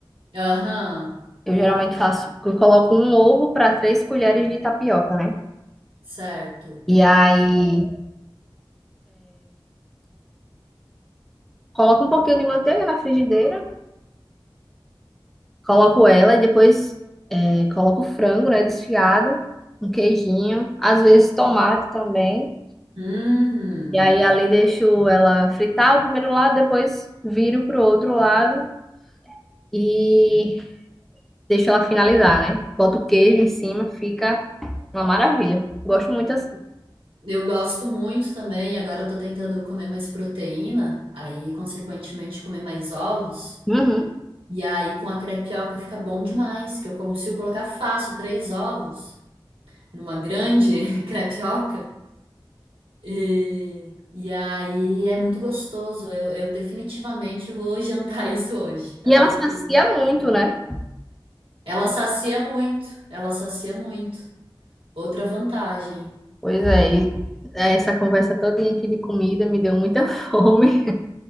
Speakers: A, on the right; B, in the centre.
A: Aham,
B: Eu geralmente faço, eu coloco um ovo para três colheres de tapioca, né?
A: certo.
B: E aí, coloco um pouquinho de manteiga na frigideira, coloco ela e depois é, coloco frango, né, desfiado, um queijinho, às vezes tomate também.
A: Uhum.
B: E aí
A: É,
B: ali deixo ela fritar o primeiro lado, depois viro pro outro lado e deixo ela finalizar, né? Boto o queijo em cima, fica uma maravilha. Gosto muito assim.
A: Eu gosto muito também, agora eu tô tentando comer mais proteína, aí consequentemente comer mais ovos.
B: Uhum.
A: E aí com a crepioca fica bom demais, que eu consigo colocar fácil três ovos numa grande <laughs> crepioca. E, e aí é muito gostoso. Eu, eu definitivamente vou jantar <laughs> isso hoje. Agora
B: E ela sacia
A: eu fiquei. com-
B: muito, né?
A: Ela sacia muito, ela sacia muito. Outra vantagem.
B: Pois é, e essa conversa todinha aqui de comida me deu muita <laughs> fome.